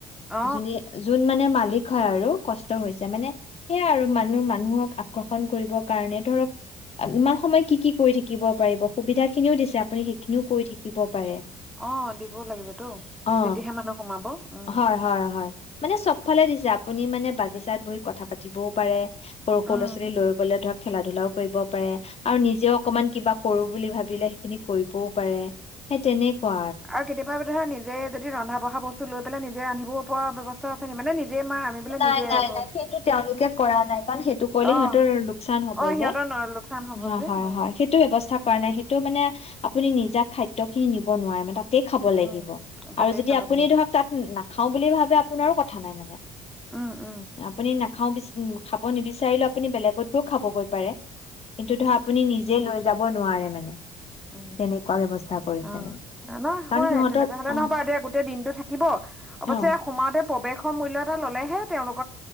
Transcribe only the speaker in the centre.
অ
অ দিবও লাগিবতো
তেতিয়াহে মানুহ সোমাব উম
উম
আৰু কেতিয়াবা কেতিয়াবা নিজে যদি ৰন্ধা বঢ়া বস্তু লৈ পেলাই নিজে ৰান্ধিব। গ পোৱা ব্যৱস্থা আছে নি মানে নিজে মা আমি বোলে
নিজে
ৰান্ধো
অ
অ সিহঁতৰ
ন লোকচান হ'ব
যে
উম
উম তাতেই
খাব
লাগিব
উম উম
উ
অ
ন
হয়
তেনেকুৱা হলে
নহবা এতিয়া গোটেই দিনটো থাকিব অৱশ্যে
সোমাওতে প্ৰৱেশৰ মূল্যত ললেহে তেওঁলোক।